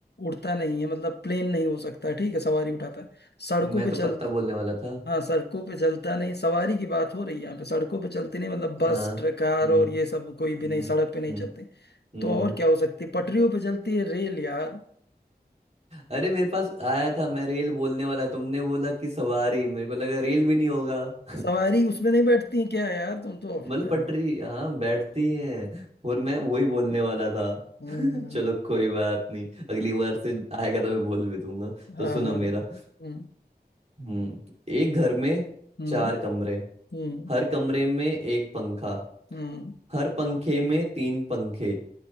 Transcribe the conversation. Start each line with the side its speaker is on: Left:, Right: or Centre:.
Left: उड़ता नहीं है मतलब प्लेन नहीं हो सकता ठीक है सवारी उठाता है सड़कों
Right: मैं
Left: पे
Right: तो
Left: चल
Right: पत्ता बोलने वाला था
Left: हाँ सड़कों पे चलता नहीं सवारी की बात हो रही है यहाँ पे सड़कों पे चलते नहीं मतलब बस
Right: हाँ
Left: ट्रक, कार
Right: हम्म
Left: और ये सब कोई भी
Right: हम्म
Left: नहीं सड़क पे नहीं
Right: हम्म
Left: चलते
Right: हम्म
Left: तो और क्या हो सकती है पटरियों पे चलती है रेल यार
Right: अरे मेरे पास आया था मैं रेल बोलने वाला तुमने बोला कि सवारी मेरे को लगा रेल भी नहीं होगा <laughs>
Left: सवारी उसमें नहीं बैठती क्या यार तुम तो
Right: मतलब
Left: यार
Right: पटरी हाँ बैठती है और मैं वही बोलने वाला था
Left: हम्म,
Right: <laughs> चलो कोई बात नहीं अगली बार से आएगा तो मैं बोल भी दूंगा
Left: हाँ
Right: तो सुनो
Left: हाँ
Right: मेरा
Left: हम्म
Right: हम्म एक घर में
Left: हम्म
Right: चार कमरे
Left: हम्म
Right: हर कमरे में एक पंखा
Left: हम्म,
Right: हर पंखे में तीन पंखे